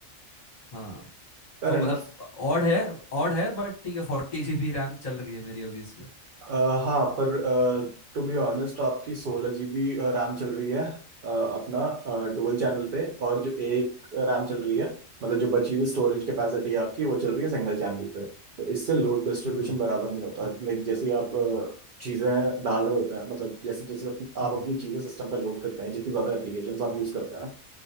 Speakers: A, on the left; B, on the right.
A: हाँ
B: Fair
A: तो मतलब
B: enough
A: ऑड है ऑड है बट ठीक है फोर्टी जीबी रैम चल रही है मेरी अभी इसमें
B: अ, हाँ पर टू बी ऑनेस्ट आपकी सोलह जीबी रैम चल रही है अ, अपना डुअल चैनल पे और जो एक रैम चल रही है मतलब जो बची हुई स्टोरेज कैपेसिटी है आपकी वो चल रही है सिंगल चैनल पे तो इससे लोड डिस्ट्रीब्यूशन
A: हम्म
B: बराबर नहीं होता लाइक जैसे ही आप अ, चीजें डाल रहे होते हैं मतलब जैसे जैसे अपनी, आप
A: हम्म
B: अपनी चीजें सिस्टम पे लोड करते हैं जितनी ज्यादा एप्लीकेशन आप यूज करते हैं ना,